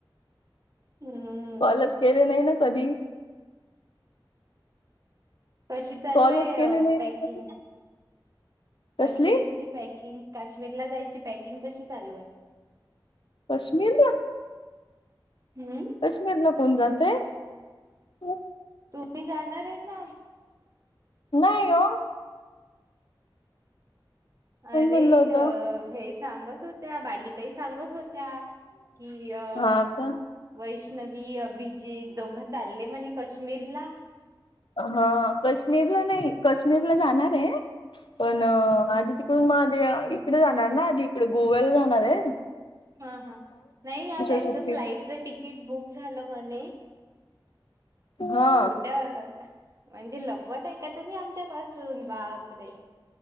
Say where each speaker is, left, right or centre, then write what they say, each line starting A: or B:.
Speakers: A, on the right; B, on the left.
A: हम्म्म
B: कॉलच केले नाही ना कधी.
A: कशी चालू
B: कॉलच
A: आहे
B: केले नाही
A: पॅकिंग
B: ना कधी
A: काश्मीरची.
B: कसली
A: पॅकिंग काश्मीरला जायची पॅकिंग कशी चालू आह
B: कश्मीरला.
A: हम्म
B: काश्मीर ला कोण जाते, अ
A: तुम्ही जाणारय ना
B: नाही हो.
A: अरे,
B: कोण म्हणलं होतं
A: हे सांगत होत्या बालिताई सांगत होत्या. की या
B: हा का
A: वैष्णवी अभिजीत दोघं चालले म्हणे काश्मीरला
B: हा कश्मीरला नाही कश्मीरला जाणार आहे पण, आधी
A: हा
B: पण मग आधी इकडे जाणार ना, आधी इकडे गोव्याला जाणार आहे ना
A: हा हा, नाही त्यांचं
B: सुट्टी
A: फ्लाईट च तिकीट बुक झालं म्हणे
B: हा
A: खोटं. म्हणजे लपवत आहे का तुम्ही आमच्यापासून, बाप रे